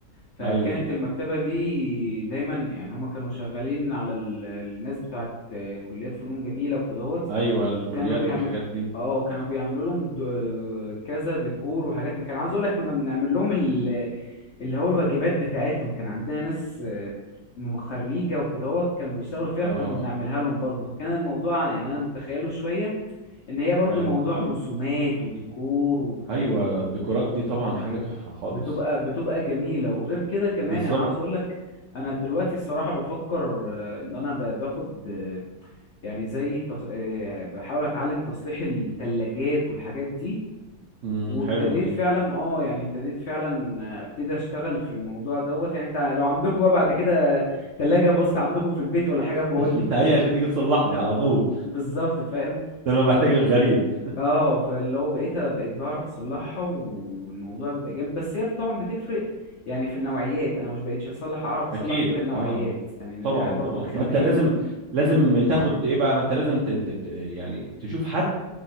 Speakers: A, on the left; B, on the right.
A: فكانت
B: ايوه
A: المكتبة دي دايما يعني هما كانوا شغالين على ال- الناس بتاعت آه، كليات فنون جميلة وكدهوت
B: ايوه الكليات
A: كانوا بيعمل
B: والحاجات دي
A: اه كانوا بيعملوا لهم د- آه، كذا ديكور وحاجات من- كان عاوز اقول لك كنا بنعمل لهم ال- اللي هو الواجبات بتاعتهم كان عندنا ناس آه، من خريجة وكدهوت كانوا بيشتغلوا فيها
B: اه
A: كانوا بنعملها لهم برضه فكان الموضوع يعني انا متخيله شوية ان هي برضه
B: حلو
A: موضوع رسومات وديكور
B: ايوه الديكورات دي طبعا حاجه تحفه خالص
A: بتبقى بتبقى جميلة وغير كده كمان
B: بالظبط
A: انا عاوز اقول لك انا دلوقتي الصراحة بفكر آه، ان انا ب- باخد آه، يعني زي تص... آه، بحاول اتعلم تصليح الثلاجات والحاجات دي
B: امم
A: وابتديت
B: حلو دي
A: فعلا اه يعني ابتديت فعلا آه، ابتدي اشتغل في الموضوع دوت يعني انت لو عندكم بقى بعد كده ثلاجة باظت عندكم في البيت ولا حاجة بقول
B: <laughs>
A: لي
B: هي عشان تيجي تصلح لي على طول
A: بالظبط فاهم
B: ده انا بحتاج للغريب
A: اه فاللي هو بقيت بقيت بعرف اصلحها والموضوع بيبقى جامد بس هي طبعا بتفرق يعني في النوعيات انا مش بقيتش اصلح اعرف اصلح
B: اكيد
A: كل النوعيات
B: اه
A: يعني انت
B: طبعا
A: عارف برضو
B: طبعا
A: الخامات
B: ما انت لازم لازم تاخد ايه بقى ما انت لازم ت... ت... ت- يعني تشوف حد